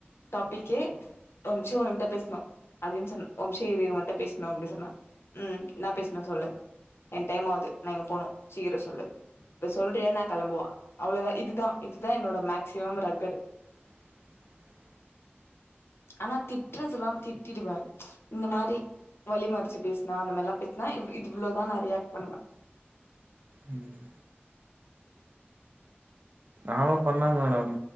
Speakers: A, on the left (about 75°); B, on the right (about 50°).
A: டாபிக்கு ஒரும்ஷ ஒன்ட்ட பேச னு அப்டின் சொன் ஒரம்ஷ இரு ஒன்ட்ட பேஸ்னு அப்டின் சொன்னா ம் இன்னா பேசனு சொல்லு என் டைமாவுது நா இங்க போனு சீக்கர சொல்லு இப்ப சொல்றியா நா கெளம்பவா அவ்ளோதா இதுதா இதுதா என்னோட மேக்சிமம் ரக்கடு
B: <inaudible>
A: ஆனா திட்றதுலா திட்டிடுவே இந்த மாரி வழி மறச்சு பேசுனா அந்த மாரிலா பேசுனா இவ் இவ்ளோதா நா ரியாக்ட் பண்ணுவே
B: ம் நானு பண்ணே மேடம்